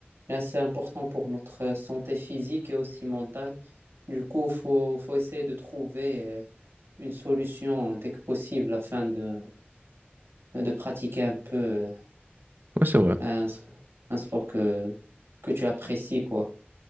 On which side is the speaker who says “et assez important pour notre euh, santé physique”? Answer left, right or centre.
Right